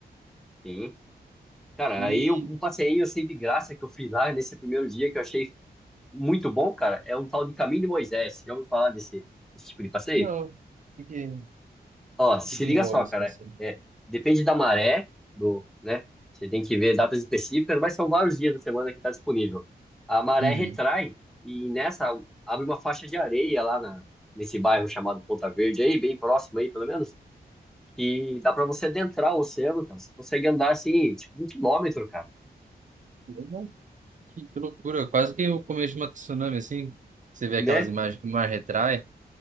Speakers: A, in the centre; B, on the right.
A: Sim. Cara,
B: E,
A: aí eu- um passeio assim de graça que eu fiz lá nesse primeiro dia que eu achei muito bom, cara, é um tal de Caminho de Moisés. Já ouviu falar desse, desse tipo de passeio?
B: não, o que, que, o
A: Ó, se
B: que que
A: liga
B: envolve
A: só,
B: esse
A: cara,
B: passeio?
A: é, depende da maré, do, né? Você tem que ver datas específicas, mas são vários dias da semana que está disponível. A maré
B: Uhum.
A: retrai e nessa abre uma faixa de areia lá na, nesse bairro chamado Ponta Verde, aí bem próximo aí, pelo menos, que dá para você adentrar o oceano, cara. Você consegue andar assim, tipo, um quilômetro, cara
B: Hum, Que loucura, quase que o começo de uma tsunami, assim, você vê
A: né?
B: aquelas imagens que o mar retrai.